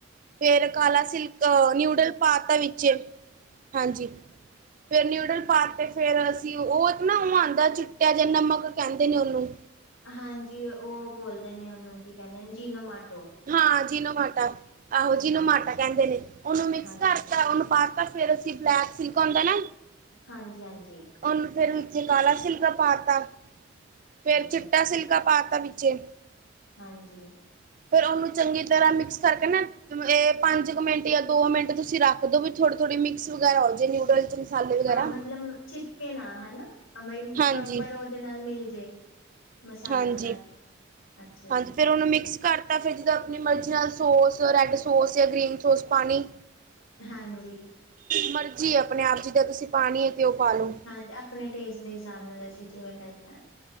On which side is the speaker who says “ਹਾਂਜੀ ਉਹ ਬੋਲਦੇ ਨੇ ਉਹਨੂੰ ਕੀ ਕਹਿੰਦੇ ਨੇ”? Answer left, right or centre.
Left